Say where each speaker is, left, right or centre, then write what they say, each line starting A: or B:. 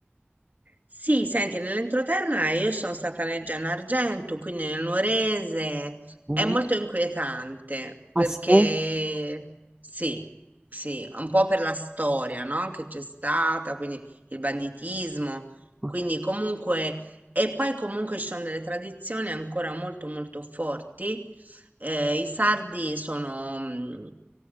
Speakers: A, on the right; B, on the right.
A: Sì, senti, nell'entroterra io sono stata nel Gianargento, quindi nel Nuorese,
B: Mhm.
A: è molto inquietante perché
B: Ah sì?
A: sì, sì, un po' per la storia, no? Che c'è stata, quindi il banditismo,
B: Ok.
A: quindi comunque, e poi comunque ci sono delle tradizioni ancora molto molto forti. eh, i sardi sono, mm,